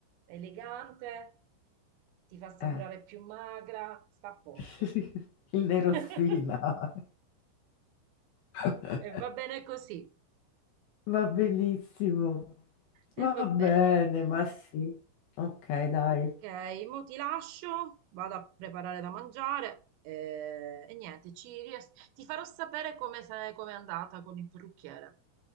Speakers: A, on the right (about 80°); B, on the left (about 75°).
A: Elegante, ti fa sembrare
B: Eh.
A: più magra, sta a posto.
B: <laughs> Il nerosfina.
A: <laughs>
B: <laughs>
A: E va bene così.
B: Va benissimo.
A: E
B: Va
A: va
B: bene,
A: bene.
B: ma sì. Ok, dai.
A: Ok, mo ti lascio, vado a preparare da mangiare eh, e, niente, ci ries- ti farò sapere come, se- come è andata con il parrucchiere.